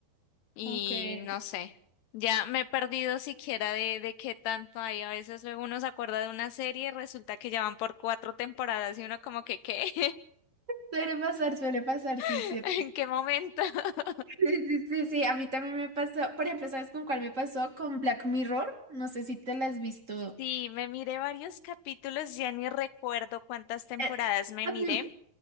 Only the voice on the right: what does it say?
Aunque
suele pasar, suele pasar, sí,
es cierto.
Sí, sí, sí, sí, a mí también me pasó, por ejemplo, ¿sabes con cuál me pasó? Con Black Mirror, no sé si te la has visto.
Eh,
a
mí-